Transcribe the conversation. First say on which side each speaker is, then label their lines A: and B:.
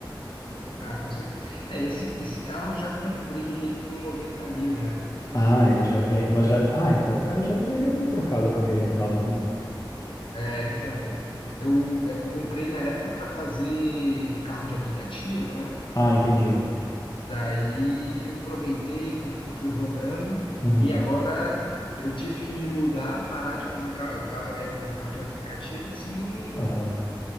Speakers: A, on the left; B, on the left.
A: Ah, com certeza. É, esse, esse carro eu já comprei ele com noventa mil, né?
B: Ah, ele já
A: Então,
B: vem, mas já. Ah, então o cara já deveria ter trocado a correia dentada ou não.
A: É, então. Eu, é que eu comprei na época para fazer carro de aplicativo, né?
B: Ah, entendi.
A: Daí eu aproveitei, fui, fui rodando
B: Uhum,
A: e agora eu tive que me mudar, parar de fazer carro, carro, é, fazer carro de aplicativo, assim.
B: aham.